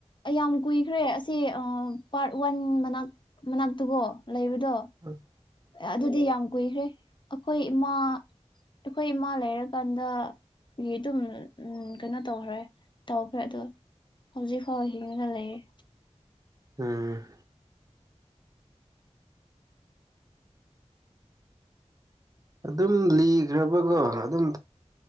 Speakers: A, on the left (about 40°); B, on the right (about 30°).
A: ꯌꯥꯝ ꯀꯨꯏꯈ꯭ꯔꯦ ꯑꯁꯤꯁ ꯄꯥꯔꯠ ꯋꯥꯟ ꯃꯅꯥꯛ ꯃꯅꯥꯛꯇꯨꯕꯣ ꯂꯩꯕꯗꯣ
B: ꯎꯝ
A: ꯑꯗꯨꯗꯤ ꯌꯥꯝ ꯀꯨꯏꯈ꯭ꯔꯦ ꯑꯩꯈꯣꯏ ꯏꯃꯥ ꯑꯩꯈꯣꯏ ꯏꯃꯥ ꯂꯩꯔꯀꯥꯟꯗ ꯒꯤ ꯑꯗꯨꯝ ꯀꯩꯅꯣ ꯇꯧꯈ꯭ꯔꯦ ꯇꯧꯈ꯭ꯔꯦ ꯑꯗꯣ ꯍꯧꯖꯤ ꯈꯥꯎ ꯍꯤꯡ ꯅ ꯂꯩꯒꯦ
B: ꯎꯝ ꯑꯗꯨꯝ ꯂꯤꯈ꯭ꯔꯕꯒꯣ ꯑꯗꯨꯝ